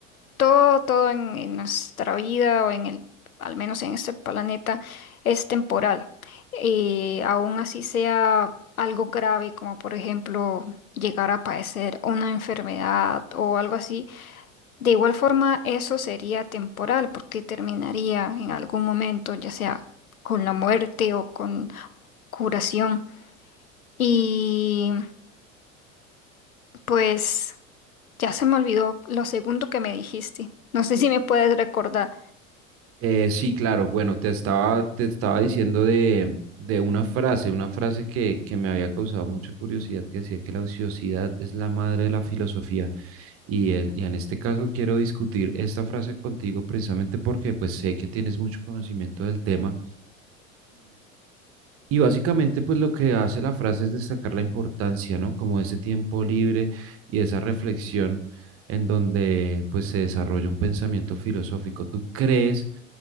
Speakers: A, on the left; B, on the right.
A: todo, todo en, en nuestra vida o en el, al menos en este planeta, es temporal. Eh, aún así sea algo grave como por ejemplo llegar a padecer una enfermedad o algo así, de igual forma eso sería temporal porque terminaría en algún momento, ya sea con la muerte o con curación. Y pues ya se me olvidó lo segundo que me dijiste. No sé si me puedes recordar.
B: Eh, sí, claro. Bueno, te estaba, te estaba diciendo de, de una frase, una frase que, que me había causado mucha curiosidad, que decía que la ociosidad es la madre de la filosofía. Y, eh, y en este caso quiero discutir esta frase contigo precisamente porque pues sé que tienes mucho conocimiento del tema y básicamente, pues lo que hace la frase es destacar la importancia, ¿no? Como ese tiempo libre y esa reflexión en donde pues se desarrolla un pensamiento filosófico. ¿Tú crees